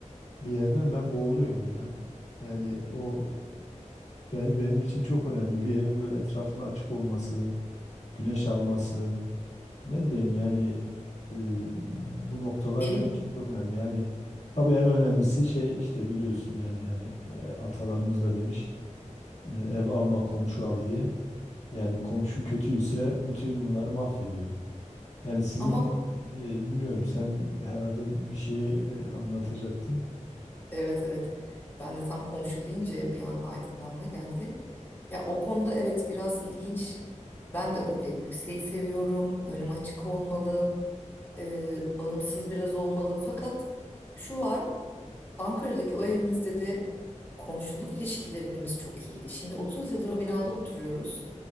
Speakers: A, on the left (about 65°); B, on the left (about 15°).
A: bir yerden ben boğuluyorum ya. Yani o benim benim için çok önemli. Bir evin böyle etrafının açık olması, güneş alması. Ne bileyim yani e, bu noktalar
B: benim
A: benim için çok önemli. Yani tabii en önemlisi şey işte biliyorsun yani hani e, atalarımız da demiş e, ev alma komşu al diye. Yani komşu kötüyse bütün bunları mahvediyor. Yani sizin
B: ama bu-
A: e, bilmiyorum sen herhalde bir şey e, anlatacaktın.
B: evet evet ben de tam komşu deyince bir an aydınlanma geldi. Ya o konuda evet biraz ilginç. Ben de öyle yükseği seviyorum. Önüm açık olmalı, e, bağımsız biraz olmalı. Fakat şu var. Ankara'daki o evimizde de komşuluk ilişkilerimiz çok iyiydi. Şimdi 30 yıldır o binada oturuyoruz